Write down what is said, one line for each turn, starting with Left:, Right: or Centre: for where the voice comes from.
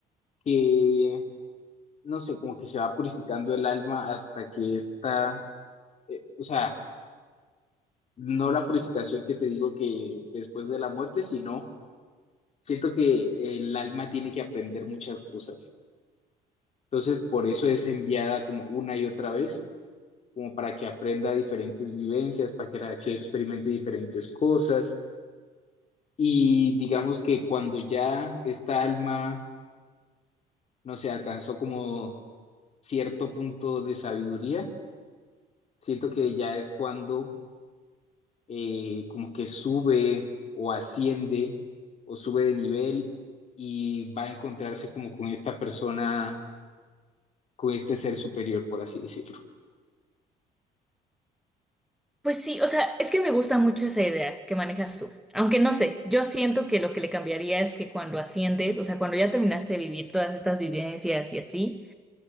Left: que, no sé, como que se va purificando el alma hasta que está, eh, o sea, no la purificación que te digo que después de la muerte, sino Siento que el alma tiene que aprender muchas cosas. Entonces, por eso es enviada como una y otra vez, como para que aprenda diferentes vivencias, para que, para que experimente diferentes cosas. Y digamos que cuando ya esta alma, no sé, alcanzó como cierto punto de sabiduría, siento que ya es cuando eh, como que sube o asciende o sube de nivel y va a encontrarse como con esta persona con este ser superior, por así decirlo.
Centre: Pues sí, o sea, es que me gusta mucho esa idea que manejas tú. Aunque no sé, yo siento que lo que le cambiaría es que cuando asciendes, o sea, cuando ya terminaste de vivir todas estas vivencias y así,